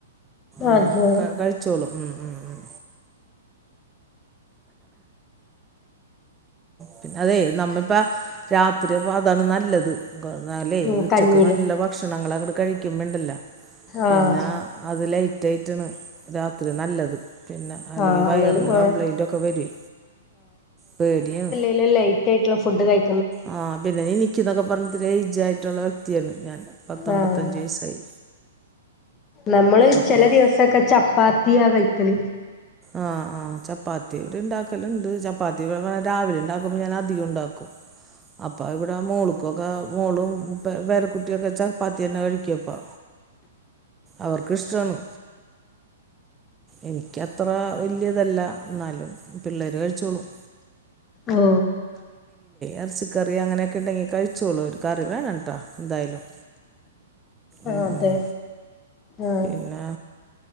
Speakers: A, on the right; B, on the left.
A: ആഹ്
B: അതെ
A: ക കഴിച്ചോളും ഉം ഉം ഉം പിന്നെ അതെ നമ്മ ഇപ്പാ രാ ത്രി അപ്പാ അതാണ് നല്ലത്. <unintelligible> ല്ലേ
B: ഉം
A: ഉച്ചക്ക്
B: കഞ്ഞീല്
A: നല്ല ഭക്ഷണങ്ങളങ്ങട് കഴിക്ക്മ്പ ഇണ്ടല്ലാ
B: ആഹ്
A: പിന്നെ അതില റ്റാണ് രാത്രി നല്ലത്. പിന്നെ അല്ലെങ്കിൽ
B: ആഹ്
A: വയറിന്
B: അല്ലേലും
A: കബ്ലയിന്റൊക്കെ
B: ആഹ്
A: വെരുവെ പേടിയാ
B: ഇല്ല ലൈറ്റായിട്ട്ള്ള ഫുഡ് കഴി
A: ആ പിന്നെ നീ നിക്കിന്നൊക്കെ പർഞ്ഞ് എയ്ജ് ആയിട്ടുള്ളോര് റ്റി ആയിരുന്നു ഞാൻ പത്തമ്പത്തഞ്ച്
B: ആഹ്
A: വയസ്സായി
B: നമ്മൾ
A: അപ്പോൾ
B: ചെല ദിവസൊക്കെ ചപ്പാ ത്തി ആ വൈക്കൽ
A: ആ ആ ചപ്പാത്തി ഇവിടെ ഇണ്ടാക്കൽ ഇണ്ട് ചപ്പാത്തി <unintelligible> രാവിലെ ഇണ്ടാക്കുമ്പോ ഞാൻ അധികം ഉണ്ടാക്കും അപ്പൊ ഇവടെ മോൾക്ക്‌ ഒക്കെ മോളും പേ പേരകുട്ടിയൊക്കെ ചപ്പാത്തിയെന്നെ കഴിക്കും ക്കും അപ്പാ അവർക്ക് ഇഷ്ടാണ് എനിക്കത്ര വല്ല്യ ഇതല്ല ഇന്നാലും പിള്ളേര് കഴിച്ചോളും
B: ഓ
A: എർച്ചിക്കറി അങ്ങനെയൊക്കെ ഇണ്ടെങ്കി കഴിച്ചോളും ഒരു കറി വേണംട്ടാ എന്തായാലും ഉം,
B: ആ അതെ
A: ഉം.
B: ആ
A: പിന്നെ